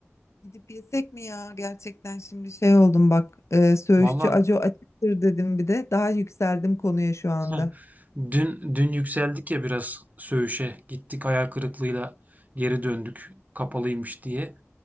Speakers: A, on the left (about 75°); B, on the right (about 35°).
A: Gidip yesek mi ya? Gerçekten şimdi şey oldum bak. E, söğüşçü
B: Valla
A: aco açıktır dedim bir de. Daha yükseldim konuya şu anda.
B: <laughs> dün dün yükseldik ya biraz Söğüş'e. Gittik hayal kırıklığıyla geri döndük kapalıymış diye.